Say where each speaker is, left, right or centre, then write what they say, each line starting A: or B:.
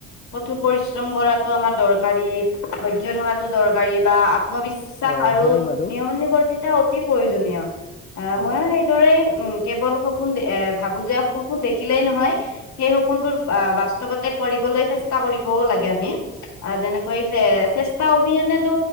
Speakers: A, on the left; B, on the left.
A: কঠোৰ পৰিশ্ৰম কৰাটো আমাৰ দৰকাৰী। ধৈৰ্য্য থকাতো দৰকাৰী বা আত্মবিশ্বাস
B: অ
A: আৰু
B: হয় বাৰু
A: নিয়ম নিয়মানুৱৰ্তিতা অতি প্ৰয়োজনীয় আহ
B: অ
A: মইয়ো সেইদৰেই উ কেৱল সপোন এ ভাবো যে সপোন দেখিলেই নহয় সেই সপোনবোৰ বাস্তৱতে কৰিব লৈ চেষ্টা কৰিবও লাগে আমি, যেনেকৈ চেষ্টা অবিহনেতো